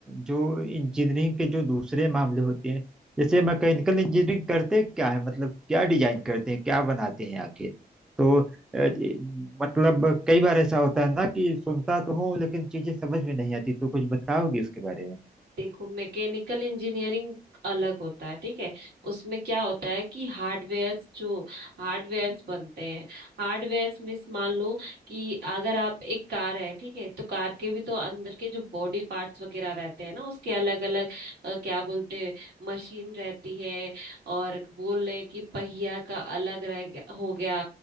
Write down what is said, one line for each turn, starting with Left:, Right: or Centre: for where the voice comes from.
Centre: जो इंजीनियरिंग के जो दूसरे मामले होते हैं जैसे मैकेनिकल इंजीनियरिंग करते क्या है मतलब क्या डिजाइन करते हैं क्या बनाते हैं आखिर तो अ, ये- मतलब कई बार ऐसा होता है ना कि सुनता तो हूँ लेकिन चीजें समझ में नहीं आती तो कुछ बताओगी इसके बारे में
Right: देखो मैकेनिकल इंजीनियरिंग अलग होता है ठीक है उसमें क्या होता है कि हार्डवेयर्स जो हार्डवेयर्स बनते हैं हार्डवेयर्स मीन्स मान लो कि अगर आप एक कार है ठीक है तो कार के भी तो अंदर के जो बॉडी पार्ट्स वगैरह रहते हैं ना उसके अलग अलग क्या बोलते हैं मशीन रहती है और बोल रहे हैं कि पहिया का अलग रह गया हो गया